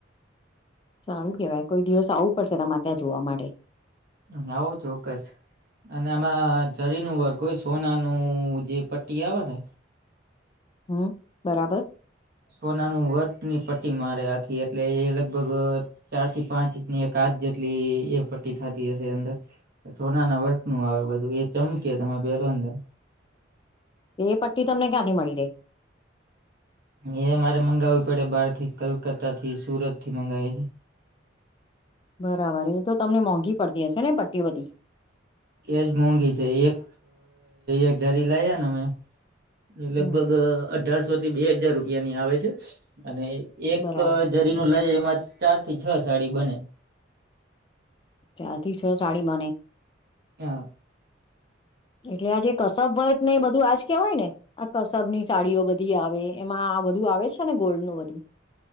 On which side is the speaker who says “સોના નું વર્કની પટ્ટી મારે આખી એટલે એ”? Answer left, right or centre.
Right